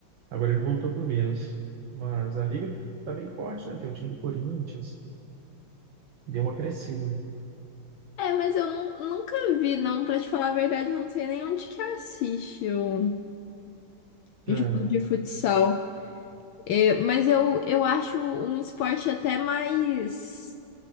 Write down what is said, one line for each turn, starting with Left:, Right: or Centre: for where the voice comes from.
Right: Agora ele voltou pro Minas. Mas a liga tá bem forte, né? Tem o time do Corinthians, deu uma crescida.
Left: É, mas eu nu- nunca vi, não, pra te falar a verdade, eu não sei nem onde que assiste o jogo
Right: né?
Left: de futsal. É, mas eu, eu acho um esporte até mais.